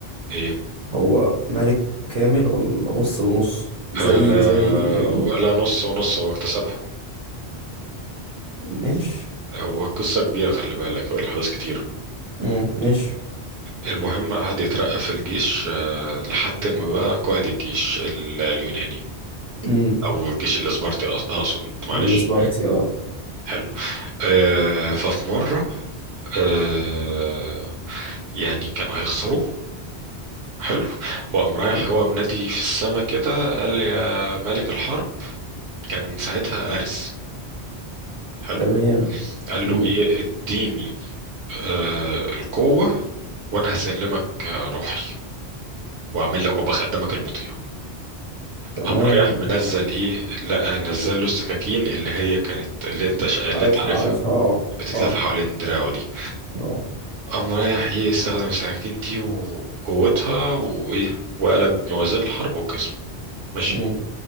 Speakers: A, on the right (about 70°); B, on the right (about 40°).
A: ايه
B: هو ملك كامل ولا نص ونص زيه
A: آه
B: زي ابنه
A: ولا نص ونص هو اكتسبها
B: ماشي
A: هو قصة كبيرة خلي بالك والأحداث كتيرة
B: امم ماشي
A: المهم قعد يترقى في الجيش آه، لحد ما بقى قائد الجيش ال- اليوناني
B: امم
A: أو الجيش الإسبرطي أقص- أقصد معلش
B: السبارتي اه
A: حلو آه، ففي مرة آه، يعني كان هيخسروا حلو وقام رايح
B: حلو.
A: هو منادي في السما كده قال يا ملك الحرب كان ساعتها أرس حلو
B: تمام
A: قال
B: امم
A: له إيه اديني آه، القوة وأنا هسلمك آه، روحي واعمل لك وبخدمك المطيع
B: تمام
A: قام رايح منزل ايه لقى نزل له السكاكين اللي هي كانت اللي انت ش... اللي
B: عارفها
A: انت عارفها
B: عارفها اه
A: بتتلف
B: اه
A: حوالين دراعه دي
B: اه
A: قام رايح ايه استخدم السكاكين دي وقوتها وايه وقلب موازين الحرب وكسب ماشي
B: امم